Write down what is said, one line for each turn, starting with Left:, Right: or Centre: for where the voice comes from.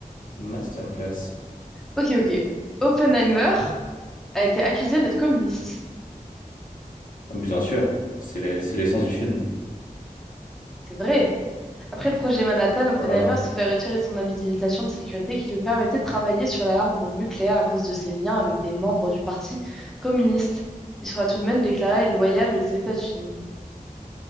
Left: masterclass.
Centre: Ok, ok. Oppenheimer a été accusé d'être communiste.
Left: Bien sûr, c'est les- c'est l'essence du film.
Centre: C'est vrai. Après le projet Manhattan, Oppenheimer
Left: Oh là là.
Centre: se fait retirer son habilitation de sécurité qui lui permettait de travailler sur l'alarme nucléaire à cause de ses liens avec des membres du Parti communiste. Il sera tout de même déclaré loyal aux États-Unis.